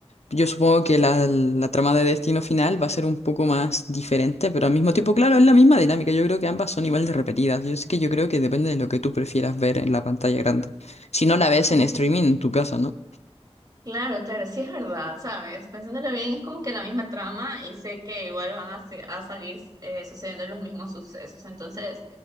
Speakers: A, on the left; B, on the right.
A: Yo supongo que la, la trama de Destino Final va a ser un poco más diferente, pero al mismo tiempo, claro, es la misma dinámica. Yo creo que ambas son igual de repetidas. Yo sé que yo creo que depende de lo que tú prefieras ver en la pantalla grande. Si no la ves
B: <laughs>
A: en streaming en tu casa, ¿no?
B: Claro, claro, sí es verdad, ¿sabes? Pensándolo bien, es como que la misma trama y sé que igual van a, se- a salir eh, sucediendo los mismos sucesos. Entonces